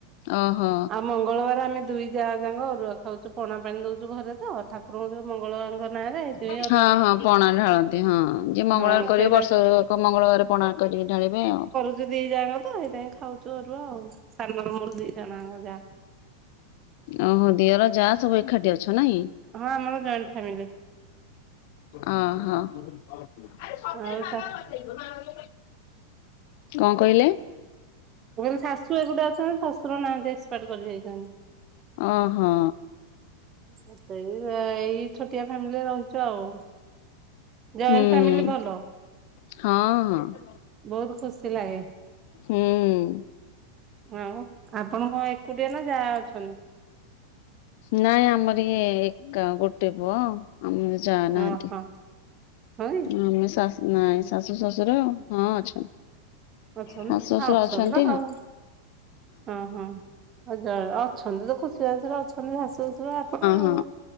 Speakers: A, on the left; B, on the right.
A: ଓହୋ।
B: ଆଉ ମଙ୍ଗଳବାର ଆମେ ଦୁଇ ଯା ଯାଙ୍କ ଅରୁଆ ଖାଉଚୁ ପଣା ପାଣି ଦଉଚୁ ଘରେ ତ ଠାକୁରଙ୍କ ଯୋଉ ମଙ୍ଗଳାଙ୍କ ନାଁରେ ତେଇଆ
A: ହଁ ହଁ ପଣା ଢାଳନ୍ତି। ଉଁ ହଁ ଯିଏ ମଙ୍ଗଳବାର
B: ହଁ
A: କରିବେ
B: ସେଇଟା
A: ବର୍ଷକ ମଙ୍ଗଳବାର ପଣା କରିକି ଢାଳିବେ ଆଉ।
B: ଯୋଉ ଦି ଯାଆଙ୍କ ତ ହେଇଥିପାଇଁ ଖାଉଚୁ ଅରୁଆ ଆଉ ସାନର ମୋର ଦି ଜଣ ଯାଙ୍କ ଯା।
A: ଓହୋ ଦିଅର ଯା ସବୁ ଏଖାଠି ଅଛ ନାଇଁ।
B: ହଁ ଆମର ଜଏଣ୍ଟ ଫ୍ୟାମିଲି।
A: ଓହୋ। <unintelligible>
B: ଆଉ
A: କଣ କହିଲେ
B: ମୋର ଶାଶୁ ଏକୁଟିଆ ଅଛନ୍ତି ଶଶୁର ନାହାନ୍ତି ଏସ୍ ପାଟ୍ କରି ଯାଇଚନ୍ତି।
A: ଓହୋ।
B: ସେଇ ଏଇ ଛୋଟିଆ ଫ୍ୟାମିଲିରେ ରହିଚୁ ଆଉ।
A: ହୁଁ
B: ଜଏଣ୍ଟ ଫ୍ୟାମିଲି ଭଲ।
A: ହଁ ହଁ।
B: ବୋହୁତ ଖୁସି ଲାଗେ।
A: ହୁଁ
B: ଆଉ ଆପଣ କଁ ଏକୁଟିଆ ନା ଯା ଅଛନ୍ତି?
A: ନାଇଁ ଆମର ଇଏ ଏକା ଗୋଟେ ପୁଅ ଆଉ। ଆମର ଯା
B: ହଁ
A: ନାହାନ୍ତି
B: ହଁ ହଁ କି
A: ଉଁ ଆମେ ଶାଶୁ ନାଇଁ ଶାଶୁ ଶଶୁ ଶୁର ହଁ ଅଛନ୍ତି।
B: ଅଛନ୍ତି
A: ଶାଶୁ ଶ୍ୱଶୁର
B: ଆ ଅଛନ୍ତି ତ
A: ହଁ।
B: ଆଉ ଅଁ ହଁ। ଆଉ ଯାର ଅଛନ୍ତି ତ ଖୁସି ବାସିର ଅଛନ୍ତି ଶାଶୁ ଶଶୁର ଆପଣ ଆଉ
A: ହଁ ହଁ